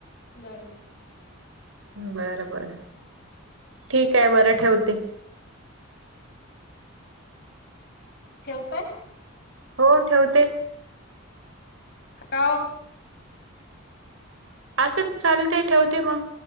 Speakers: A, on the left (about 50°); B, on the right (about 70°).
A: नाही नाही.
B: बरबर ठीक आहे बरं ठेवते.
A: ठेवते.
B: हो ठेवते.
A: हॅलो
B: असंच चालते ठेवते मग